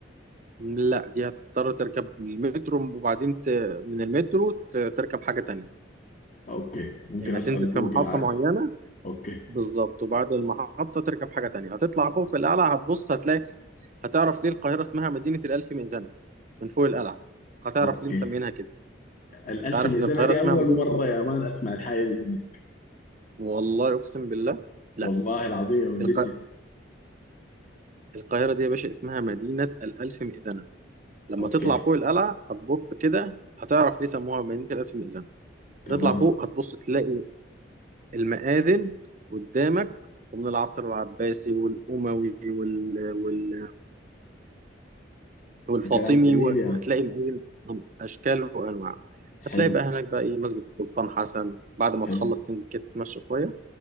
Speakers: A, on the right; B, on the left.
A: لا دي هتضطر تركب المترو وبعدين ت... من المترو ت... تركب حاجة تانية
B: اوكي ممكن
A: يعني
B: اسأل
A: هتنزل في
B: جوجل
A: محطة
B: عادي
A: معينة
B: اوكي
A: بالظبط وبعد المحطة تركب حاجة تانية هتطلع فوق في القلعة هتبص هتلاقي هتعرف ليه القاهرة اسمها مدينة الألف مئذنة من فوق القلعة هتعرف
B: اوكي
A: ليه مسمينها كده
B: الالف
A: انت عارف
B: ميزانة
A: ان القاهرة
B: دي
A: اسمها
B: اول
A: مدينة
B: مرة يا مان اسمع الحاجة دي منك
A: والله اقسم بالله لا
B: والله العظيم يا من
A: الق...
B: جد
A: القاهره دي يا باشا اسمها مدينه الالف مئذنه لما
B: اوكي
A: تطلع فوق القلعه هتبص كده هتعرف ليه سموها مدينه الالف مئذنه
B: تمام
A: هتطلع فوق هتبص تلاقي المآذن قدامك ومن العصر العباسي والاموي وال... وال... والفاطمي
B: ده كلام جميل
A: وهتلاقي
B: يا من
A: مآذن من اشكال وانواع
B: حلو
A: هتلاقي بقى هناك بقى ايه مسجد السلطان حسن بعد ما
B: حلو
A: تخلص تنزل كده تتمشى شويه